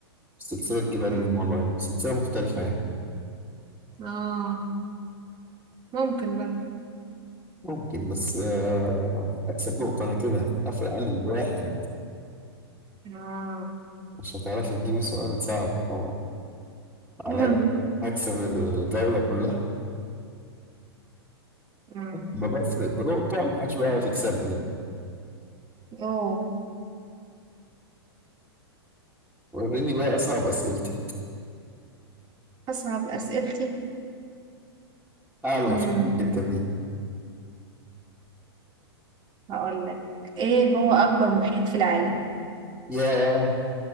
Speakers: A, in the centre; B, on the right.
A: سلسله جبال
B: مم.
A: الهيمالايا سلسله مختلفه يعني
B: اه ممكن برضو
A: ممكن بس آه، اكسب نقطه انا كده افرق عنك بواحد
B: آه.
A: مش هتعرفي تجيبي سؤال صعب أو عليا
B: <laughs>
A: هكسب الجوله كلها
B: إمم.
A: ما بفرق بنقطه محدش بقى يكسبني
B: أوه!
A: وريني بقى اصعب اسئلتك
B: أصعب أسئلتي،
A: اعلى
B: إمم،
A: ما فهمت انت بيه
B: هاقول لك، إيه هو أكبر محيط في العالم؟
A: ياه